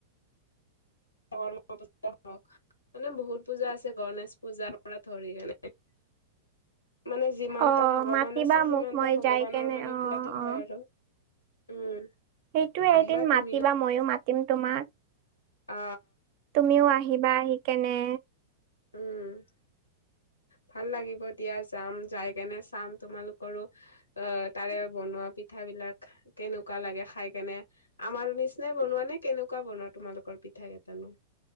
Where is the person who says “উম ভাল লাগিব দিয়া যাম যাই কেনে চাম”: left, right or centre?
Left